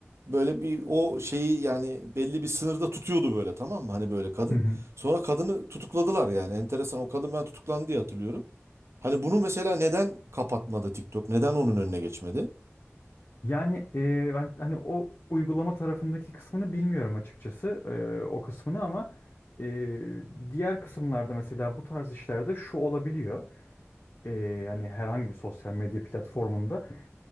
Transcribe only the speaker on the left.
hı hı,
Yani e, ben hani o uygulama tarafındaki kısmını bilmiyorum açıkçası e, o kısmını ama e, diğer kısımlarda mesela bu tarz işlerde şu olabiliyor. E, yani herhangi bir sosyal medya platformunda